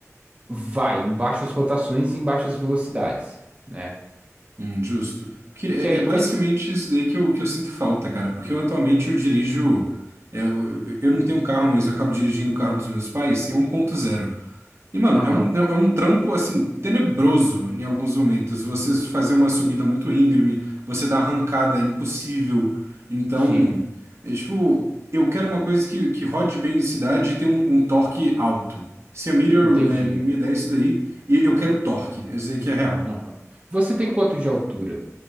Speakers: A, on the right; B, on the right.
A: Vai em baixas rotações e em baixas velocidades, né?
B: Hum, justo. Porque é,
A: Que aí
B: é basicamente
A: vai. se-
B: isso daí que eu, que eu sinto falta, cara. Porque eu atualmente eu dirijo. é, eu, eu não tenho carro, mas eu acabo dirigindo o carro dos meus pais. E é um ponto zero E, mano,
A: Aham,
B: é um, é é um trampo, assim, tenebroso em alguns momentos. Você fazer uma subida muito íngreme, você dar arrancada é impossível. Então,
A: sim,
B: é tipo, eu quero uma coisa que, que rode bem em cidade e tenha um, um torque alto. Se a Meteor
A: entendi.
B: é, me der isso daí, e- eu quero torque. Esse aí que é real.
A: Aham. Você tem quanto de altura?